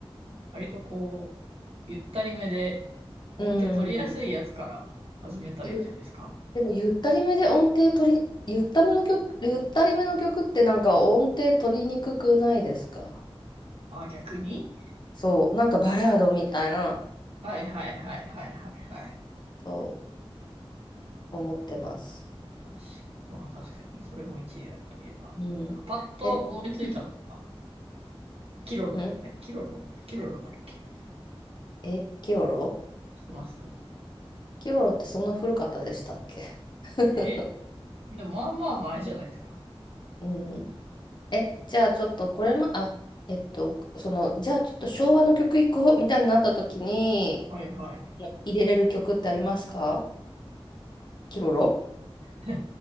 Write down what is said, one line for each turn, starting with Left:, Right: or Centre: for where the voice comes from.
Right: 割とこう、ゆったりめで、音程取りやすいやつから始めたらいいんじゃないですか
Left: うん。ゆ、でも、ゆったりめで音程取り、ゆっための曲、ゆったりめの曲ってなんか音程取りにくくないですか
Right: あ、逆に
Left: そう、なんかバラードみたいな、
Right: はいはいはいはいはいはい。
Left: そう思ってます。
Right: 確まあ確かに、それも一理あるといえばある。
Left: うん。
Right: なんかパッと思いついたのが、
Left: え、<laughs>
Right: キロロ。
Left: うん、
Right: え、キロロキロロだっけ
Left: え、キロロ
Right: してますね
Left: キロロってそんな古かったでしたっけ <laughs>
Right: えでもまあまあ前じゃないですか。
Left: うん。え、じゃあちょっとこれも、あ、えっと、その、じゃあちょっと昭和の曲いこうみたいになった時に
Right: はいはい。
Left: 入れれる曲ってありますかキロロ
Right: <laughs> い